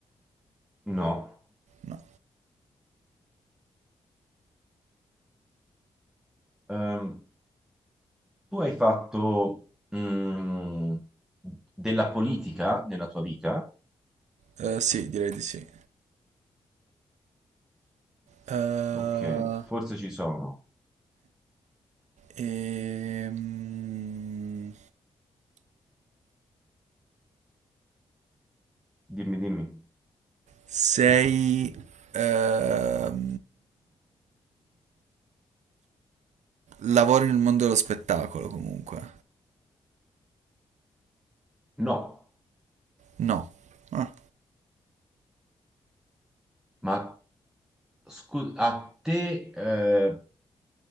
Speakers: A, in the centre; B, on the right.
A: No.
B: No.
A: Ehm, tu hai fatto mm, della politica nella tua vita?
B: Eh, sì, direi di sì. Eh,
A: Ok, forse ci sono.
B: ehm,
A: Dimmi, dimmi.
B: Sei... ehm, lavori nel mondo dello spettacolo comunque.
A: No,
B: No. Ah.
A: ma scu- a te eh,